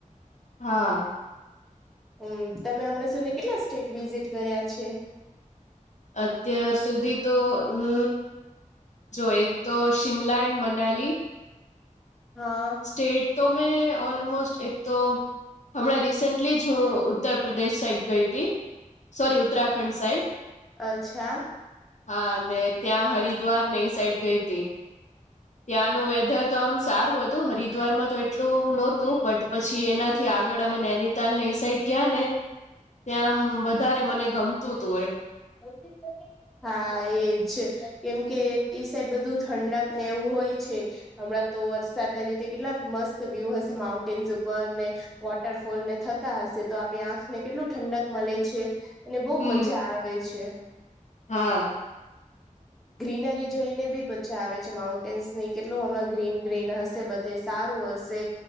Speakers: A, on the left; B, in the centre.
A: હા.
B: હમ તમે હમણાં સુધી કેટલા સ્ટેટ વિઝિટ કર્યા છે.
A: અત્યાર સુધી તો હુ. જો એક તો શિમલા એન્ડ મનાલી
B: હા
A: સ્ટેટ તો મેં ઓલમોસ્ટ એક તો હમણાં રિસેન્ટલી જ હું ઉત્તર પ્રદેશ સાઈડ ગઈ હતી સોરી ઉત્તરાખંડ સાઈડ
B: અચ્છા
A: હા અને ત્યાં હરિદ્વાર ને એ સાઈડ ગઈ હતી ત્યાંનું વેધર તો આમ સારું હત તું હરિદ્વારમાં તો એટલું નહોતું બટ પછી એનાથી આગળ અમે નૈનીતાલ ને એ સાઈડ ગયા ને ત્યાં આમ વધારે મને ગમતું હતું એમ
B: <inaudible> હા એજ કેમકે ઈ સાઈડ બધું ઠંડક ને એવું હોય છે. હમણાં તો વરસાદના લીધે કેટલા મસ્ત વ્યૂ હશે માઉન્ટેન્સ ઉપર ને વોટરફોલ ને થતા હશે તો આપણી આંખને કેટલું ઠંડક મળે છે. અને બહુ
A: હમ
B: મજા આવે છે.
A: હા
B: ગ્રીનરી જોઈને બી મજા આવે છે માઉન્ટેન્સ નહી કેટલું હમણાં ગ્રીન ગ્રીન હશે તે સારું હશે